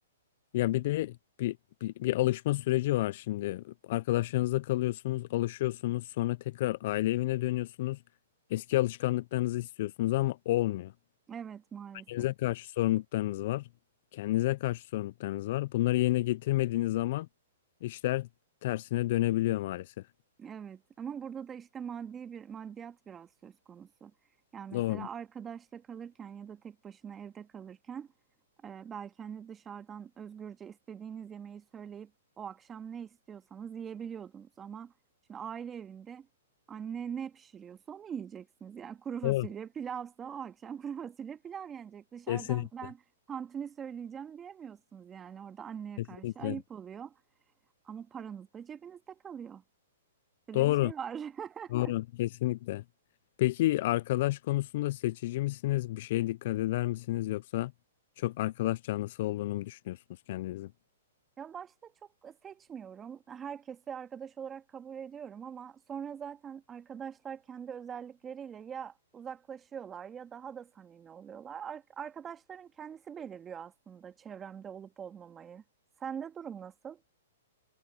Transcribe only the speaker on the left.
Ya bir de bir, bir, bir alışma süreci var şimdi. Arkadaşlarınızla kalıyorsunuz, alışıyorsunuz, sonra tekrar aile evine dönüyorsunuz. Eski alışkanlıklarınızı istiyorsunuz ama olmuyor.
Kendinize karşı sorumluluklarınız var. Kendinize karşı sorumluluklarınız var. Bunları yerine getirmediğiniz zaman işler tersine dönebiliyor maalesef.
Doğru.
Doğru.
Kesinlikle.
Kesinlikle.
Doğru.
Doğru. Kesinlikle. Peki arkadaş konusunda seçici misiniz? Bir şeye dikkat eder misiniz? Yoksa çok arkadaş canlısı olduğunu mu düşünüyorsunuz kendinizi?